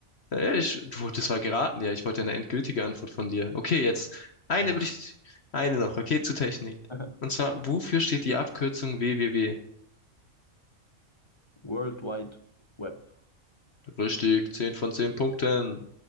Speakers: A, on the left; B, on the left.
A: Äh, Ich, du, das war geraten, ja. Ich wollte ja eine endgültige Antwort von dir. Okay, jetzt eine
B: habe?
A: würde ich, eine noch. Okay, zu Technik.
B: <laughs>
A: Und zwar, wofür steht die Abkürzung www?
B: World Wide Web.
A: Richtig, 10 von 10 Punkten.